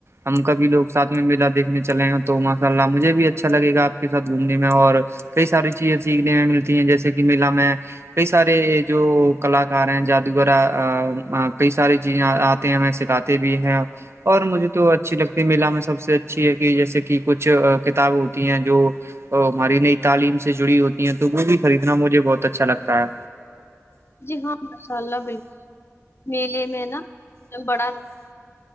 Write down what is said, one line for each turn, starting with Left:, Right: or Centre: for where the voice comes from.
Right: ہم کبھی لوگ ساتھ میں میلا دیکھنے چلے ہیں تو ماشاء اللہ مجھے بھی اچھا لگےا آپ کے ساتھ گھومنے میں اور کئی ساری چیزیں سیکھنے میں ملتی ہیں جیسے کہ میلا میں کئی سارے جو کلاکار ہیں جادوگر کئی ساری چیزیں آتے ہیں ہمیں سکھاتے بھی ہیں اور مجھے تو اچھی لگتی ہے میلا میں سب سے اچھی ہے کہ جیسے کہ کچھ کتاب ہوتی ہیں جو اور ہماری نئی تعلیم سے جڑی ہوتی ہیں تو وہ بھی خریدنا مجھے بہت اچھا لگتا ہے
Left: جی ہاں ماشاء اللہ بالکل میلے میں نا بڑا